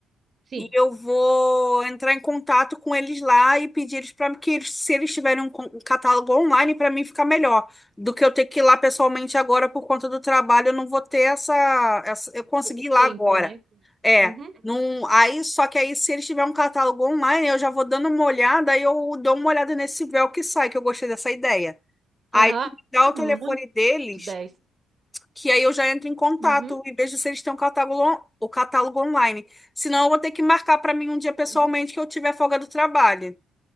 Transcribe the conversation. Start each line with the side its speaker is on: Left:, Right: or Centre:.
Right: sim.
Left: E eu vou entrar em contato com eles lá e pedir eles para que eles, se eles tiverem um con- um catálogo online, para mim ficar melhor do que eu ter que ir lá pessoalmente agora por conta do trabalho. Eu não vou ter essa, essa eu consegui
Right: O o tempo,
Left: ir lá agora.
Right: né?
Left: É,
Right: Uhum,
Left: não, aí só que aí se eles tiverem um catálogo online, eu já vou dando uma olhada, aí eu dou uma olhada nesse véu que sai, que eu gostei dessa ideia. Aí
Right: aham,
Left: tu me dá o telefone
Right: muito
Left: deles
Right: 10.
Left: que aí eu já entro em contato,
Right: Uhum,
Left: em vez de se eles têm um catálogo, on- o catálogo online. Senão eu vou ter que marcar para mim um dia pessoalmente
Right: uhum.
Left: que eu tiver folga do trabalho,